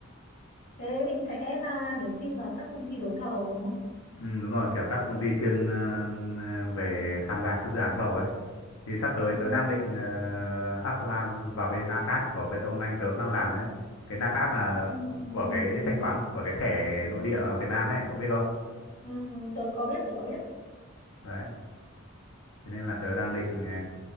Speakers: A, on the left; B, on the left.
A: thế mình sẽ ra để xin vào các công ty đấu thầu đúng không
B: ừ, đúng rồi kiểu các công ty chuyên ờ, về tham gia các dự án thầu ấy thì sắp tới
A: ừ,
B: tớ đang
A: ừ,
B: định ờ, apply vào bên NAPAT của bên ông anh tớ đang làm đấy cái NAPAT là
A: ừ, ừ, ừ,
B: của
A: ừ.
B: cái
A: ừ,
B: thanh toán của cái thẻ nội địa ở Việt Nam ấy có biết không
A: ừ. ừ, tôi có biết tôi có biết
B: đấy thế nên là tớ đang định ờ,